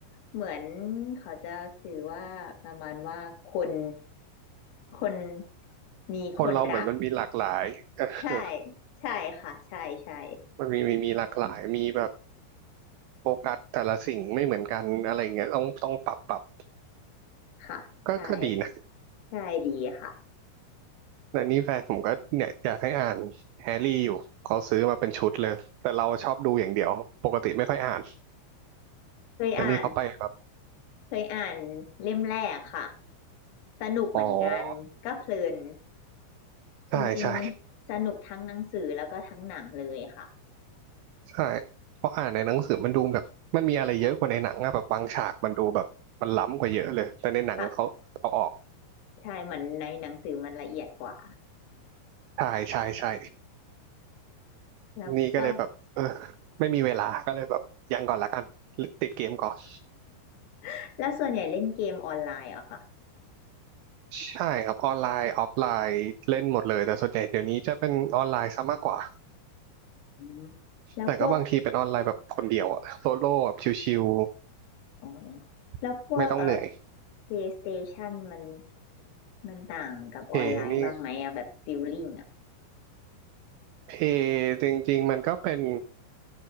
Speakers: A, on the left; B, on the right.
A: เหมือนเขาจะสื่อว่าประมาณว่าคนคนมีคนรัก
B: คนเราเหมือนมันมีหลากหลายเออ
A: ใช่ใช่ค่ะใช่ใช่
B: มันมีมีมีหลากหลายมีแบบโฟกัสแต่ละสิ่งไม่เหมือนกันอะไรเงี้ยต้องต้องปรับปรับ
A: ค่ะใช่ค่ะ
B: ก็ก็ดีนะ
A: ใช่ดีค่ะ
B: แต่นี่แฟนผมก็เนี่ยอยากให้อ่านแฮร์รี่อยู่เขาซื้อมาเป็นชุดเลยแต่เราชอบดูอย่างเดียวปกติไม่ค่อยอ่าน
A: เคยอ่าน
B: แต่นี่เขาไปแบบ
A: เคยอ่านเล่มแรกค่ะสนุกเหมือนกันก็เพลิน
B: อ๋อใช่ใช่
A: จริงๆสนุกทั้งหนังสือแล้วก็ทั้งหนังเลยค่ะ
B: ใช่เพราะอ่านในหนังสือมันดูแบบมันมีอะไรเยอะกว่าในหนังอะแบบบางฉากมันดูแบบมันล้ำกว่าเยอะเลยแต่ในหนังเขาเอาออก
A: ค่ะใช่เหมือนในหนังสือมันละเอียดกว่า
B: ใช่ใช่ใช่
A: แล้วก็
B: นี่ก็เลยแบบเออไม่มีเวลาก็เลยแบบยังก่อนละกันติดเกมก่อน
A: <laughs> แล้วส่วนใหญ่เล่นเกมออนไลน์เหรอะค่ะ
B: ใช่ครับออนไลน์ออฟไลน์เล่นหมดเลยแต่ส่วนใหญ่เดี๋ยวนี้จะเป็นออนไลน์ซะมากกว่า
A: อืมแล้วพวก
B: แต่ก็บางทีเป็นออนไลน์แบบคนเดียวอะโซโล่แบบชิว
A: อ๋อแล้วพวกเอ่อ
B: ๆไม่ต้องเหนื่อย
A: PlayStation มันมันต่างกับออนไลน์มากไหมอะแบบฟิลลิ่งอะ
B: เพนี่เพจริงๆมันก็เป็น